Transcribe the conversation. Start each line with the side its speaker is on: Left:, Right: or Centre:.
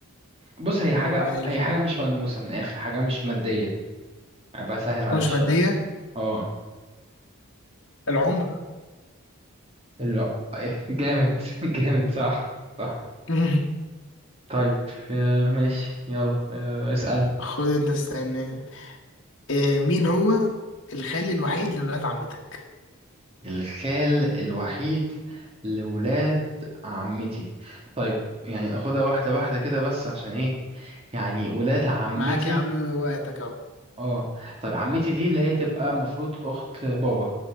Right: بص هي
Left: أمال
Right: حاجة هي حاجة مش ملموسة من الاخر حاجة مش مادية يعني بسهل
Left: حاجة
Right: عليك
Left: مش
Right: شوية
Left: مادية
Right: اه
Left: العمر
Right: لا <laughs> جامد جامد صح صح
Left: <laughs>
Right: طيب آه، ماشي يلا آه، اسألني
Left: خد أنت استنى آه، مين هو الخال الوحيد لولاد عمتك
Right: الخال الوحيد لولاد عمتي طيب يعني ناخدها واحدة واحدة كده بس عشان ايه يعني ولاد عمتي
Left: معاك يا عم وقتك أهو
Right: اه طيب عمتي دي اللي هي تبقى المفروض أخت بابا